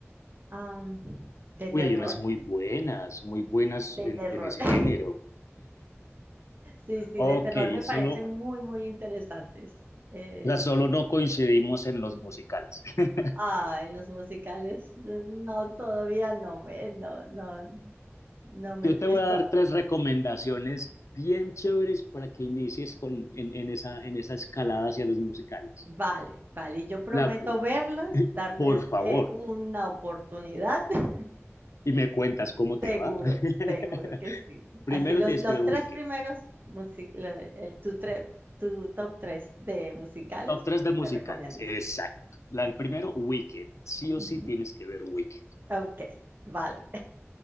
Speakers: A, on the right (about 45°); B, on the left (about 80°).
A: am, de
B: Uy,
A: terror,
B: hay unas muy buenas, muy buenas
A: de
B: en,
A: terror.
B: en ese
A: <laughs>
B: género.
A: Sí, sí,
B: Ok,
A: de terror me
B: solo,
A: parecen
B: o
A: muy, muy interesantes. Eh,
B: sea, solo no coincidimos en los musicales. <laughs>
A: ah, en los musicales, no, todavía no me, no, no, no me
B: Yo
A: he puesto
B: te voy a dar tres recomendaciones bien chéveres para que inicies con, en, en esa, en esa escalada hacia los musicales.
A: Vale, vale, y yo prometo
B: La,
A: verlas,
B: <laughs>
A: darles
B: por favor,
A: eh, una oportunidad, <laughs>
B: y me cuentas cómo te
A: seguro,
B: va. <laughs>
A: seguro que sí.
B: Primero
A: Así los,
B: tienes
A: los
B: que ver Wicked.
A: tres primeros, musi- lo- el, tu, tre- tu top tres de musicales
B: Top 3 de
A: que
B: musicales,
A: me recomiendas.
B: exacto. La del primero, Wicked. Sí o
A: Ujú.
B: sí tienes que ver Wicked.
A: Ok, vale.